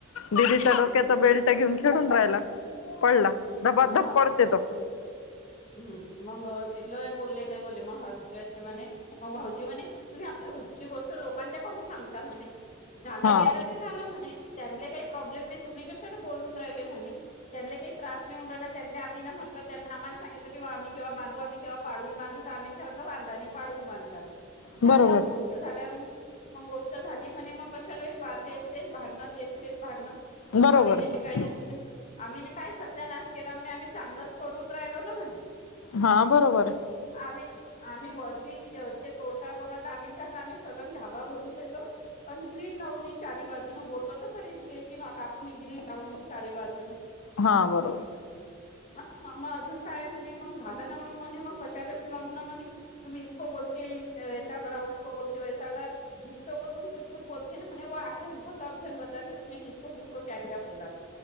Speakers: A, on the left; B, on the left.
A: दिदीच्या डोक्यात
B: हम्म
A: बिलट्या घेऊन खेळून राहिला, पडला. धबाधब
B: म,
A: पडते तो
B: हम्, हम्म मग ते लई बोलले लई बोले म हाज ते अशी म्हणे, म भाऊजी म्हणे तुम्ही आपल्या घरची गोष्ट लोकांना काऊन सांगता म्हणे. झालं
A: हा
B: गेलं ते झालं म्हणे त्यांले काही प्रॉब्लेम नाही तुम्ही कशाला बोलून राहिले म्हणे, त्यानले काही त्रास नय होऊन राहिला त्या म्हटले आम्ही न म्हटल त्यांना आम्हाला सांगीतल कि आम्ही जेव्हा बाधू आम्ही तेव्हा पाडून बांधू त आम्ही म्हटलं बांधा आणि पाडून बांध जा,
A: बरोबर
B: झाली बो झाल्यावर म, म गोष्ट झाली म्हणे मग कशाला ते तेच भडणं तेच तेच भडणं. तुम्हाला
A: बरोबर
B: त्याची
A: आहे
B: काही नाही, <unintelligible> आम्ही ना काय स सत्यानास केला मने आम्ही चांगलंच करून राहिलो ना म्हण
A: हा बरोबरये.
B: आम्ही. आम्ही वरबी ते तोडताळ कोोणा दामी घालला आम्ही सलग ढाबा भरून देतो आणि ग्रीन लाउली चारी बाजू न बोललो तर खरीदी आहे की म कापू मी ग्रीन लाउली चारी बाजू न
A: हा बरोबर
B: ह मग अजून काय म्हणे मग झालं ना मग म्हणे मग कशालाच लाम ना म्हणे तुम्ही इतकं बोलता वै करासको बोलते वैस करा जित्ो तुम कुछ कुछ बोलते ना व आखेमको सब जन बते तुमने कसको जसको क्या क्या बोला